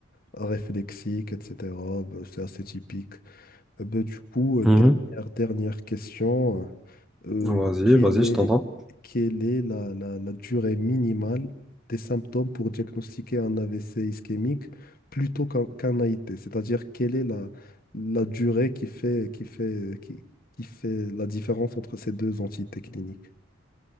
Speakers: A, on the left; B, in the centre.
A: réflexique, etc. Ben, C'est assez typique. Euh, ben, du coup, euh,
B: Mhm.
A: dernière, dernière question. euh, euh,
B: Vas-y,
A: quelle
B: vas-y,
A: est,
B: je t'entends.
A: quelle est la, la- la durée minimale des symptômes pour diagnostiquer un AVC ischémique plutôt qu'un qu'un AIT? C'est-à-dire, quelle est la, la durée qui fait, qui fait, qui, qui fait la différence entre ces deux entités cliniques?